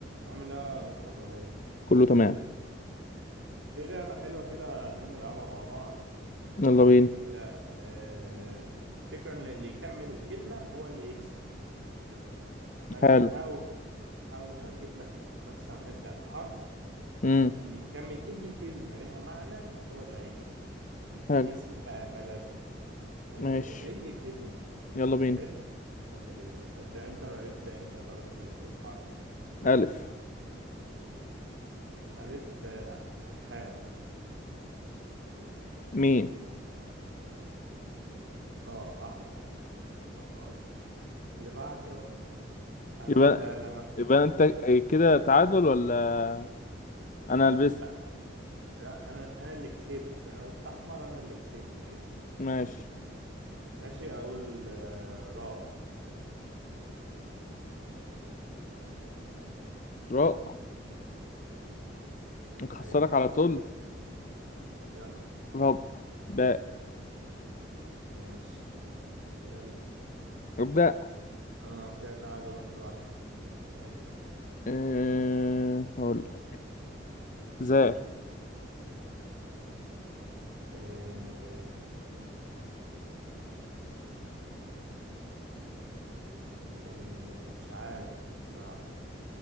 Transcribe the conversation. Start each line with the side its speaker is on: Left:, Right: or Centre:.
Right: عامل ايه يا مستر ابراهيم
Left: كله تمام
Right: في لعبة حلوة كده عايزين نلعبها مع بعض
Left: يلا
Right: ماشي
Left: بينا
Right: هي آه الفكرة ان اللي يكمل الكلمة هو اللي يكسب فانت
Left: حلو
Right: تحاول تحاول اجيب لك مثلا نبدأ بحرف
Left: امم
Right: واللي يكمل اي كلمة ليها معنى هو اللي هيكسب
Left: حلو
Right: اسم بقى بلد آه
Left: ماشي
Right: اي كلمة
Left: يلا بينا
Right: حلو يلا بينا ابدأ انت ابدأ انت يلا اقول اقول حرف
Left: ألف
Right: الف آه، حاء
Left: ميم
Right: راء احمر أهاي. اللي بعده انا
Left: يبقى
Right: هبدأ انا بقى
Left: يبقى انت كده تعادل ولا انا لبست
Right: لا لا انا انا اللي كسبت انا قلت احمر انا اللي كسبت كده
Left: ماشي
Right: ماشي اقول آه، راء
Left: راء نخسرك
Right: ايوه
Left: على طول
Right: يلا
Left: رب باء
Right: ماشي يلا
Left: ابدأ
Right: اه كده تعادل واحد واحد ماشي
Left: أه... هقول لك. زي
Right: آه آه مش عارف صراحة